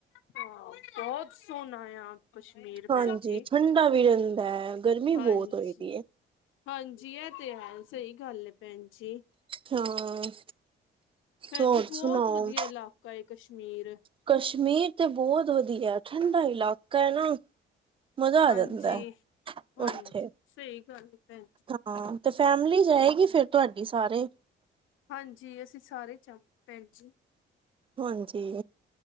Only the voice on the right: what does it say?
ਹਾਂਜੀ।
ਠੰਡਾ ਵੀ ਰਹਿੰਦਾ ਹੈ। ਗਰਮੀ ਬਹੁਤ
ਹੋਏਦੀ ਹੈ।
ਹਾਂ।
ਹੋਰ
ਸੁਣਾਓ?
ਕਸ਼ਮੀਰ ਤੇ ਬਹੁਤ ਵਧੀਆ। ਠੰਢਾ ਇਲਾਕਾ ਹੈ ਨਾ। ਮਜ਼ਾ
ਆ ਜਾਂਦਾ ਹੈ
ਉੱਥੇ
ਹਾਂ ਤੇ ਫੈਮਿਲੀ ਜਾਏਗੀ ਫਿਰ ਤੁਹਾਡੀ ਸਾਰੇ।
ਹਾਂਜੀ।